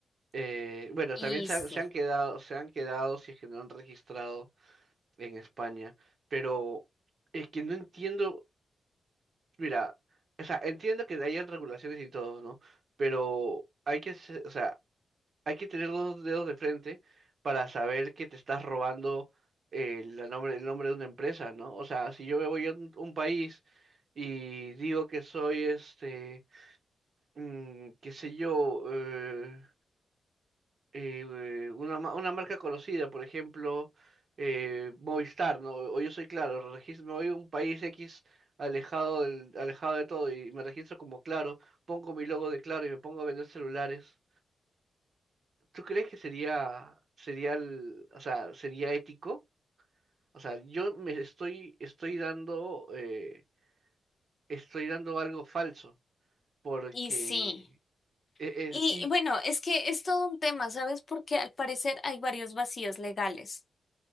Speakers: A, on the right; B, on the left.
A: Eh, bueno,
B: Y
A: también se
B: sí.
A: han, se han quedado, se han quedado si es que no han registrado en España, pero es que no entiendo, mira, o sea, entiendo que hayan regulaciones y todo, ¿no? Pero hay que, se- o sea, hay que tener dos dedos de frente para saber que te estás robando eh, la nombre, el nombre de una empresa, ¿no? O sea, si yo me voy a un, un país y digo que soy este, mm, qué sé yo, eh, eh, eh, una, ma- una marca conocida, por ejemplo, eh, Movistar, ¿no? O yo soy Claro, regis- me voy a un país X. alejado del, alejado de todo y me registro como Claro, pongo mi logo de Claro y me pongo a vender celulares. ¿Tú crees que sería, sería el- o sea, sería ético? O sea, yo me estoy, estoy dando, eh, estoy dando algo falso, porque
B: Y sí,
A: e- es,
B: y
A: y
B: bueno, es que es todo un tema, ¿sabes? Porque al parecer hay varios vacíos legales,